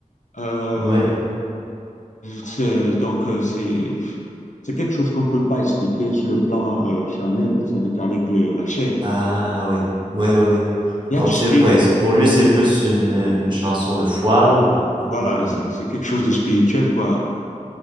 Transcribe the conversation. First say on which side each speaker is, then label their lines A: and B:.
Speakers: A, on the left; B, on the right.
A: Euh,
B: Ouais.
A: c'est, donc, euh, c'est, c'est quelque chose qu'on ne peut pas expliquer sur le plan euh, charnel, c'est-à-dire qu'avec le, la chair.
B: Ah oui. Oui, oui, oui.
A: Il y
B: Donc
A: a du spirit,
B: c'est ouais, c'est- pour lui c'est plus une, une chanson de foi ou un
A: voilà,
B: peu de.
A: c'est c'est quelque chose de spirituel, quoi.